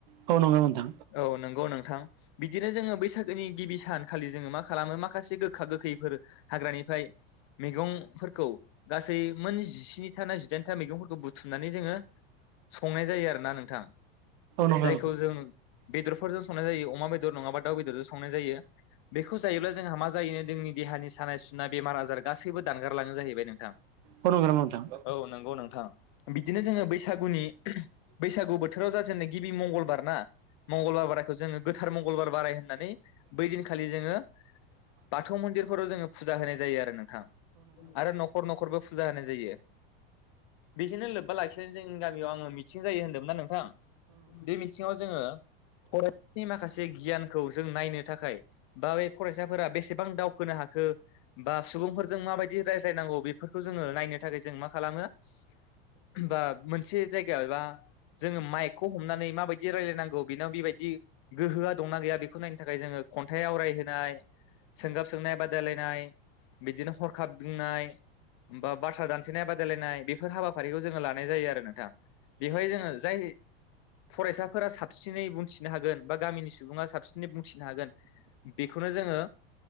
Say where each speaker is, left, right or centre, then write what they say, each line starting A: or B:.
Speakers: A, on the right (about 50°); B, on the left (about 30°).
A: औ नंगौ नोंथां।
B: औ नोंगौ नोंथां बिदिनो जोङो बैसागोनि गिबि सान खालि जोङो मा खालामो माखासे गोखा गोखैफोर हाग्रानिफ्राय मैगंफोरखौ गासै मोन जिस्नि था ना जिदाइनथा मैगंफोरखौ बुथुमनानै जोङो संनाय जायो आरोना नोंथां
A: नंगौ
B: जायखौ जों बेदरफोरजों संनाय जायो, अमा बेदर नङाबा दाउ बेदरजों संनाय जायो। बेखौ जायोब्ला जोंहा मा जायो जोंनि देहानि सानाय सुनाय बेमार आजार गासैबो दानगारलाङो जाहैबाय नोंथां।
A: औ नंगौ नामा नोंथां?
B: औ नोंगौ नोंथां। बिदिनो जोङो बैसागुनि बैसागु बोथोराव जाजेननो गिबि मंगलबार ना मंगलबार बारायखौ जोङो गोथार मंगलबार बाराय होननानै बै दिनखालि जोङो बाथौ मन्दिरफोराव जोङो फुजा होनाय जायो आरो नोंथां आरो न'खर न'खरबो फुजा होनाय जायो। बेजोंनो लोब्बा लाखिनानै जोंनि गामियाव आङो मिथिं जायो होनदोंमोनना नोंथां बे मिथिङाव जोङो फरायसानि माखासे गियानखौ जों नायनो थाखाय बा बे फरायसाफोरा बेसेबां दावखोनो हाखो बा सुबुंफोरजों माबायदि रायज्लायनांगौ बेफोरखौ जोङो नायनो थाखाय जों मा खालामो बा मोनसे जायगायाव एबा जोङो माइकखौ हमनानै माबायदि रायलायनांगौ बेनाव बेबायदि गोहोआ दंना गैया बेखौ नायनो थाखाय जोङो खन्थाइ आवरायहोनाय सोंगाब सोंनाय बादायलायनाय बिदिनो हरखाब बुंनाय होमबा बाथ्रा दानथेनाय बादायलायनाय बेफोर हाबाफारिखौ जोङो लानाय जायो आरो नोंथां बेवहाय जोङो जाय फरायसाफोरा साबसिनै बुंथिनो हागोन बा गामिनि सुबुङा साबसिनै बुंथिनो हागोन बेखौनो जोङो